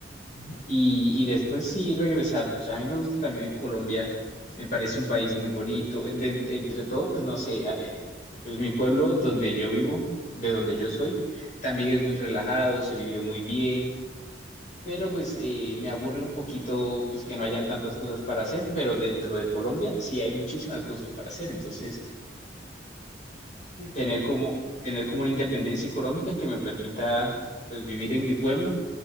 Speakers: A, on the left; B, on the left.
A: Ujú.
B: Y, y después sí regresar, pues a mí me gusta también Colombia, me parece un país muy bonito. En- De entre todo, pues no sé, eh, pues mi pueblo donde yo vivo, de donde yo soy, también es muy relajado, se vive muy bien, pero pues eh, me aburre un poquito pues que no hayan tantas cosas para hacer, pero dentro de Colombia sí hay muchísimas cosas para hacer, entonces
A: Sí,
B: tener
A: claro.
B: como, tener como una independencia económica que me permita pues vivir en mi pueblo